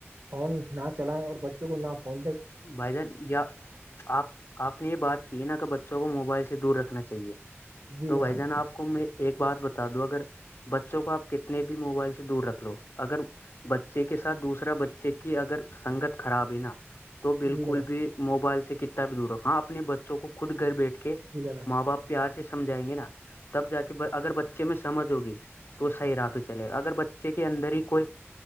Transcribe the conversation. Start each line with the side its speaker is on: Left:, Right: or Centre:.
Right: فون نہ چلائیں اور بچوں کو نہ فون دے
Left: بھائی جان یا آپ آپ نے یہ بات کی ہے نا کہ بچوں کو موبائل سے دور رکھنا چاہیے
Right: جی
Left: تو
Right: جناب
Left: بھائی جان آپ کو میں ایک بات بتا دوں اگر بچوں کو آپ کتنے بھی موبائل سے دور رکھ لو اگر بچے کے ساتھ دوسرا بچے کی اگر سنگت خراب ہے نا تو بالکل
Right: جی جناب
Left: بھی موبائل سے کتا بھی دور رکھا اپنے بچوں کو خود گھر بیٹھ کے
Right: ج ج نا
Left: ماں باپ پیار سے سمجھائیں گے نا تب جا کے اگر بچے میں سمجھ ہوگی تو صحیح راہ پہ چلے گا اگر بچے کے اندر ہی کوئی